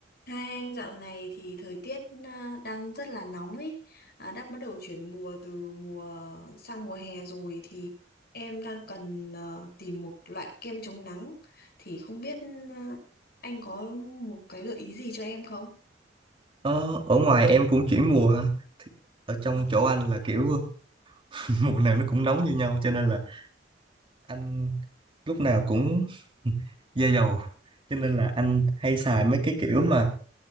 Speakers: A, on the left (about 60°); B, on the right (about 30°).
A: Hai anh dạo này thì thời tiết à, đang rất là nóng ấy, à, đã bắt đầu chuyển mùa từ mùa sang mùa hè rồi thì em đang cần à, tìm một loại kem chống nắng thì không biết à, anh có một cái gợi ý gì cho em không?
B: Ờ, ở ngoài em cũng chuyển mùa hả? Ở trong
A: Vâng.
B: chỗ anh là kiểu <laughs> mùa nào nó cũng nóng như nhau cho nên là anh lúc nào cũng <laughs> da dầu. Cho nên là anh hay xài mấy cái kiểu mà